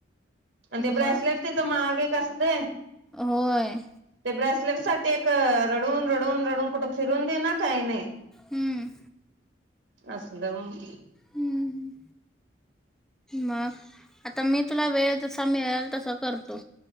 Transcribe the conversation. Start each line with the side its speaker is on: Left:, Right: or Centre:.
Right: आणि ते ब्रेसलेट
Centre: मग
Right: तिथं महाग एक अ ते
Centre: होय.
Right: ते ब्रेसलेटसाठी एक रडून, रडून, रडून कुठ फिरून दे ना काही नाही.
Centre: हम्म.
Right: असल मग
Centre: हम्म. मग आता मी तुला वेळ जसा मिळेल तस करतो.